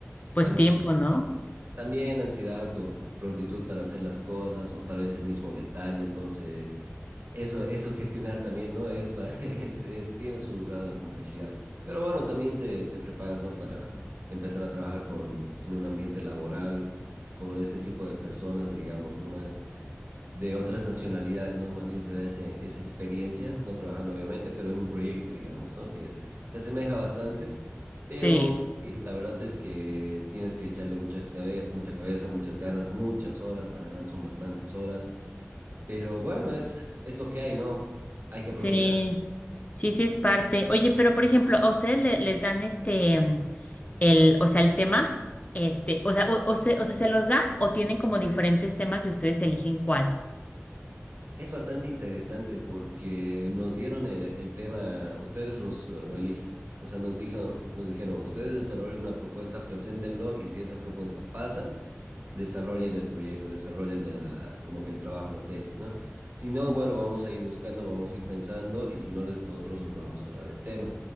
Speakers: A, on the left; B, on the right.
A: Pues
B: ansiedad
A: tiempo, ¿no?
B: también ansiedad o prontitud para hacer las cosas o tal vez el mismo detalle. Entonces, eso, eso gestionar también no es, va, <laughs> es, es- tiene su grado de complejidad. Pero bueno, también te, te preparas, ¿no? Para empezar a trabajar con, en un ambiente laboral, con ese tipo de personas, digamos, no más de otras nacionalidades, ¿no? Más bien te da ese- esa experiencia, no trabajando obviamente, pero en un proyecto, digamos, ¿no? Que es, se asemeja bastante, pero
A: Sí,
B: sí, la verdad es que tienes que echarle mucha, escabe- mucha cabeza, muchas ganas, muchas horas, la verdad son bastantes horas, pero bueno, es, es lo que hay, ¿no? Hay que aprovechar.
A: sí. Sí, sí es parte. Oye, pero por ejemplo, a ustedes le- les dan este, mm, el, o sea, el tema, este, o sea, o, o se, o sea, ¿se los dan o tienen como diferentes temas y ustedes eligen cuál?
B: Es bastante interesante porque nos dieron el, el tema, ustedes los, lo eligen. O sea, nos dijo, nos dijeron, ustedes desarrollen una propuesta, preséntenlo y si esa propuesta pasa, desarrollen el proyecto, desarrollen la, como que el trabajo, la tesis, ¿no? Si no, bueno, vamos a ir buscando, vamos a ir pensando y si no, nosotros les vamos a dar el tema.